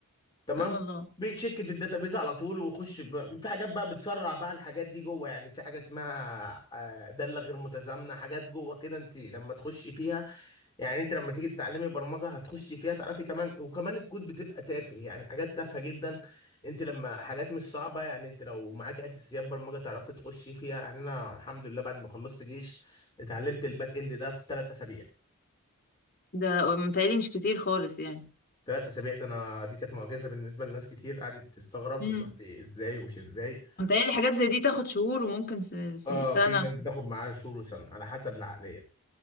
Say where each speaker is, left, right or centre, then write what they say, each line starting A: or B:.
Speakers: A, on the left; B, on the left.
A: تمام
B: سبحان الله
A: بيتشيك في الداتابيز على طول ويخش ب... في حاجات بقى بتسرع بقى الحاجات دي جوه يعني في حاجه اسمها آه، داله غير متزامنه حاجات جوه كده انت لما تخشي فيها يعني انت لما تيجي تتعلمي برمجه هتخشي فيها تعرفي كمان وكمان الكود بتبقى تافه يعني حاجات تافهه جدا انت لما حاجات مش صعبه يعني انت لو معاكي اساسيات برمجه تعرفي تخشي فيها يعني انا الحمد لله بعد ما خلصت جيش اتعلمت الباك اند ده في ثلاث اسابيع
B: ده متهيألي مش كتير خالص يعني
A: ثلاث اسابيع ده انا دي كانت معجزه بالنسبه لناس كتير قعدت تستغرب
B: امم
A: وتقول لي ازاي ومش ازاي
B: متهيألي حاجات زي دي تاخد شهور وممكن س- س-
A: اه
B: سنة
A: في ناس بتاخد معاها شهور وسنه على حسب العقليه